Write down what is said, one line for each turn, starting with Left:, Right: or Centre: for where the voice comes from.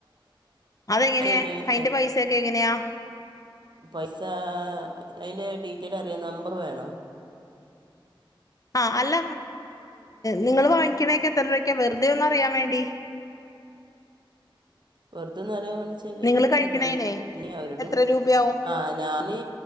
Left: അതെങ്ങനെയാ
Right: ഒരു
Left: അയിന്റെ
Right: അഞ്ച്
Left: പൈസൊക്കെ എങ്ങനെയാ
Right: പൈസ അതിന്റെ ഡീറ്റെൽ അറിയാം നമ്പറ് വേണോ
Left: ആ അല്ല നിങ്ങൾ വാങ്ങിക്കണേക്കെ എത്ര രൂപക്ക വെറുതെ ഒന്ന അറിയാൻ വേണ്ടി
Right: വെറുതന്ന് അറിയാൻ വേണ്ടിച്ചാല്
Left: നിങ്ങള് കഴിക്കണേനെ
Right: എന്താ ഇ അവരോട്
Left: എത്ര രൂപയാവും
Right: ആ് ഞാന്